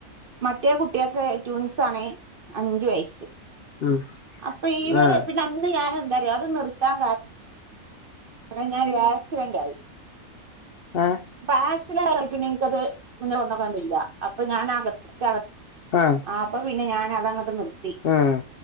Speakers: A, on the right; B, on the left.
A: മറ്റേ കുട്ടികൾക്ക് ട്യൂൻസ് ആണ് അഞ്ചു വയസ്സ്
B: ഉം
A: അപ്പൊ ഇവരെ
B: ആഹ്
A: പിന്നെ അന്ന് ഞാൻ എന്തറിയോ അത് നിർത്താൻ കാര ണം ഞാൻ ഒരു ആക്സിഡന്റ് ആയി.
B: ആഹ്
A: പാര്സല് പിന്നെ എനിക്കത് മുന്നെ കൊണ്ടാവാൻ ഇല്ല അപ്പൊ ഞാൻ <unintelligible>
B: ആഹ്
A: അപ്പൊ പിന്നെ ഞാനതങ്ങട്ട് നിർത്തി
B: ആഹ്